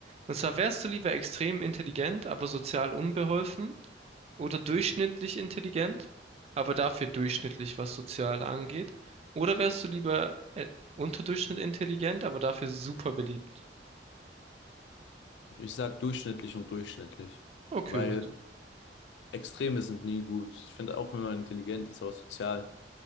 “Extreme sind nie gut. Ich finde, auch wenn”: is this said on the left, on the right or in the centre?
Left